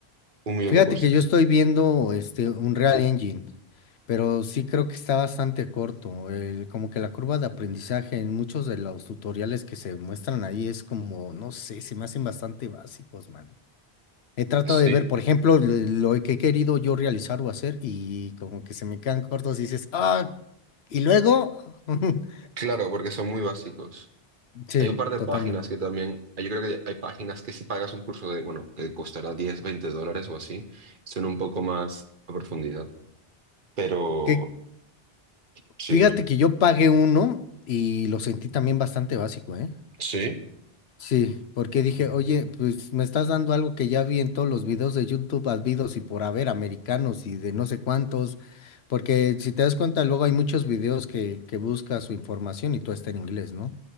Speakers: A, on the right (about 55°); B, on the left (about 80°).
A: un millón
B: Fíjate
A: de cursos.
B: que yo estoy viendo este Unreal Engine, pero sí creo que está bastante corto. el- como que la curva de aprendizaje en muchos de los tutoriales que se muestran ahí es como, no sé, se me hacen bastante básicos, mano. He tratado
A: Sí,
B: de ver, por ejemplo, le- lo que he querido yo realizar o hacer y como que se me quedan cortos y dices, ah, y luego, <laughs>
A: claro, porque son muy básicos.
B: sí,
A: Hay un par de
B: totalmente.
A: páginas que también, yo creo que hay páginas que si pagas un curso de, bueno, que costará 10, 20 dólares o así, son un poco más a profundidad. Pero,
B: ¿Qué,
A: sí,
B: Fíjate
A: dime.
B: que yo pagué uno y lo sentí también bastante básico, ¿eh?
A: ¿Sí?
B: Sí, porque dije, oye, pues me estás dando algo que ya vi en todos los videos de YouTube, habidos y por haber, americanos y de no sé cuántos, porque si te das cuenta, luego hay muchos videos que, que buscas su información y todo está en inglés, ¿no?